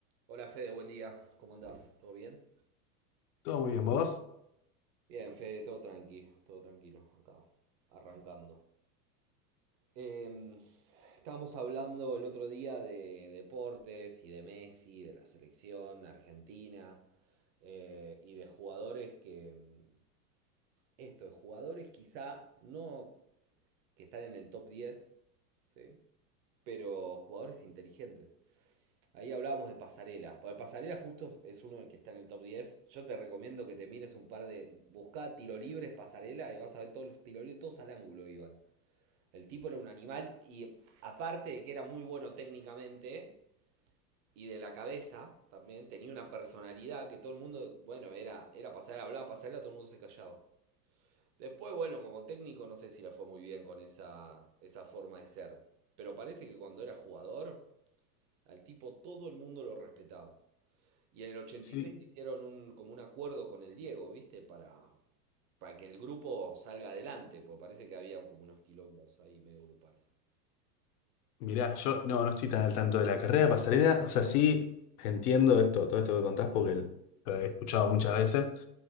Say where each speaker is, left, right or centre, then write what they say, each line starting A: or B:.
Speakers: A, on the right; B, on the left.
A: Hola Fede, buen día. ¿Cómo andás? ¿Todo bien?
B: Todo muy bien, vos.
A: Bien, Fede, todo tranqui, todo tranquilo, acá, arrancando. Em, estábamos hablando el otro día de deportes y de Messi, de la selección argentina eh, y de jugadores que, mm, esto, de jugadores quizá no que están en el top 10, ¿sí? Pero jugadores inteligentes. Ahí hablábamos de Pasarela. Para Pasarela justo es uno que está en el top 10. Yo te recomiendo que te mires un par de... Buscá tiro libres, Pasarela, y vas a ver todos los tiro libres, todos al ángulo iban. El tipo era un animal y aparte de que era muy bueno técnicamente y de la cabeza también, tenía una personalidad que todo el mundo, bueno, era, era Pasarela, hablaba Pasarela, todo el mundo se callaba. Después, bueno, como técnico no sé si le fue muy bien con esa, esa forma de ser. Pero parece que cuando era jugador, al tipo todo el mundo lo respetaba. Y en el ochenta
B: Sí,
A: y seis hicieron un, como un acuerdo con el Diego, ¿viste? Para, para que el grupo salga adelante, porque parece que había como unos quilombos ahí medio grupales.
B: mirá, yo no, no estoy tan al tanto de la carrera de pasarela. O sea, sí entiendo esto, todo esto que contás porque l- lo he escuchado muchas veces,